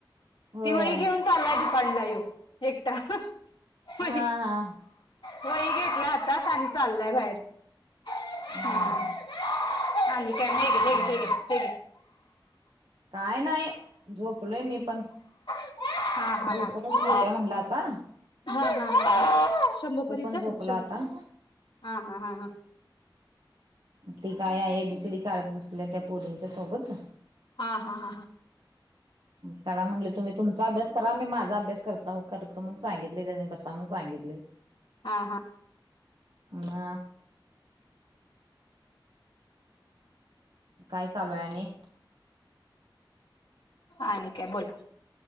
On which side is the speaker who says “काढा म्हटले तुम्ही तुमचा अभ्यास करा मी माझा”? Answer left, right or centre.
Right